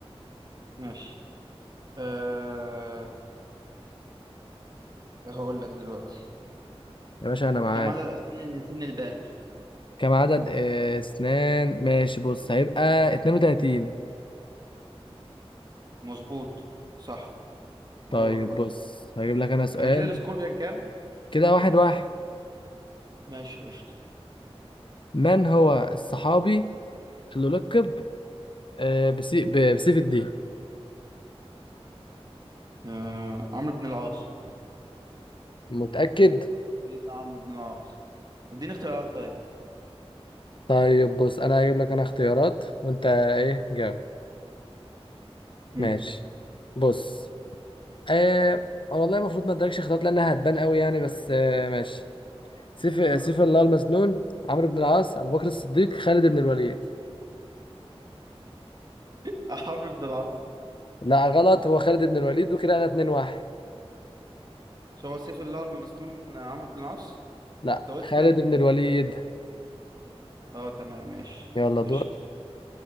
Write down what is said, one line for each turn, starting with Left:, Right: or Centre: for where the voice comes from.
Right: ماشي أه هقول لك دلوقتي
Left: يا باشا انا معاك
Right: كم عدد أسنان الإنسان البالغ
Left: كم عدد آه، اسنان ماشي بص هيبقى 32
Right: مظبوط صح دورك
Left: طيب
Right: بقى
Left: بص هجيب لك انا سؤال
Right: أنا كده السكور كان كام؟
Left: كده واحد واحد
Right: ماشي قشطة
Left: من هو الصحابي اللي لقب آه، بسي- ب- بسيف الدين
Right: آه... عمرو بن العاص
Left: متأكد
Right: سيدنا عمرو بن العاص اديني اختيارات طيب
Left: طيب بص انا هجيب لك انا اختيارات وانت ايه جاوب
Right: امم
Left: ماشي بص آه والله المفروض ما ادركش اختيارات لانها هتبان قوي يعني بس آه ماشي سيف سيف الله المسنون عمرو بن العاص ابو بكر الصديق خالد بن الوليد
Right: <laughs> عمرو بن العاص
Left: لا غلط هو خالد بن الوليد وكده انا 2 1
Right: مش هو سيف الله المسنون عمرو بن العاص
Left: لا
Right: انت قلت
Left: خالد
Right: كده
Left: بن الوليد
Right: اه تمام ماشي
Left: يلا دور
Right: قشطة